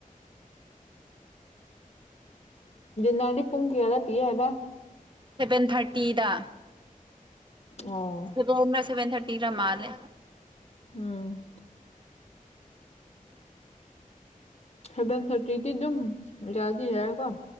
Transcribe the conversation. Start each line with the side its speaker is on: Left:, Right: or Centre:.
Left: ꯅꯥꯗꯤ ꯄꯨꯡꯀꯤꯌꯥꯥ ꯄꯤꯌꯥ ꯍꯥꯏꯦꯕ
Right: ꯁꯚꯦꯟ ꯊꯥꯔꯇꯤꯗ
Left: ꯑꯣ
Right: ꯔꯅ ꯁꯦꯟꯊꯔꯇꯤ ꯃꯥꯂꯦ
Left: ꯎꯝ ꯁꯦꯚꯦꯟ ꯊꯥꯔꯇꯤꯗꯤ ꯑꯗꯨꯝ ꯌꯥꯗꯤ ꯌꯥꯔꯀꯣ